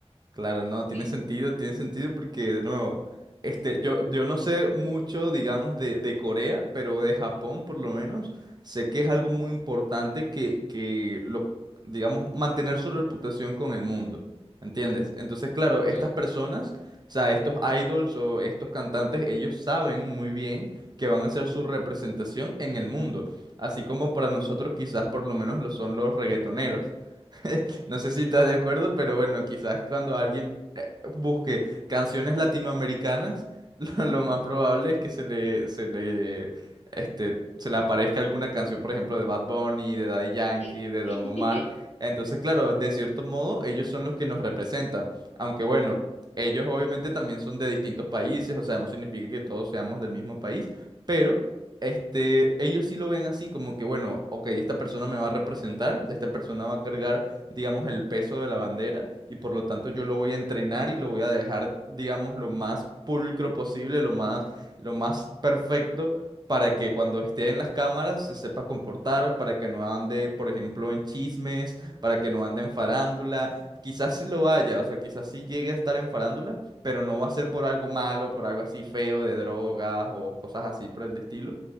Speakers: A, on the right; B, on the left.
A: Claro, no, tiene
B: Sí.
A: sentido, tiene sentido porque, de nuevo, este, yo, yo no sé mucho, digamos, de, de Corea, pero de Japón, por lo menos, sé que es algo muy importante que, que lo, digamos, mantener su reputación con el mundo, ¿entiendes? Entonces, claro, estas
B: Mm.
A: personas, o sea, estos idols o estos cantantes, ellos saben muy bien que van a ser su representación en el mundo, así como para nosotros quizás por lo menos lo son los reggaetoneros. <laughs> No sé si estás de acuerdo, pero bueno, quizás cuando alguien eh, busque canciones latinoamericanas, <laughs> lo, lo más probable es que se le, se le, este, se le aparezca alguna canción, por ejemplo, de Bad Bunny, de Daddy Yankee,
B: Sí,
A: de Don
B: sí,
A: Omar. Entonces, claro, de cierto modo, ellos son los que nos representan. Aunque bueno, ellos obviamente también son de distintos países, o sea, no significa que todos seamos del mismo país, pero... Este, ellos sí lo ven así como que, bueno, ok, esta persona me va a representar, esta persona va a cargar digamos, el peso de la bandera y por lo tanto yo lo voy a entrenar y lo voy a dejar, digamos, lo más pulcro posible, lo más, lo más perfecto para que cuando esté en las cámaras se sepa comportar, para que no ande, por ejemplo, en chismes, para que no ande en farándula. Quizás sí lo haya, o sea, quizás sí llegue a estar en farándula, pero no va a ser por algo malo, por algo así feo de drogas o cosas así por el estilo.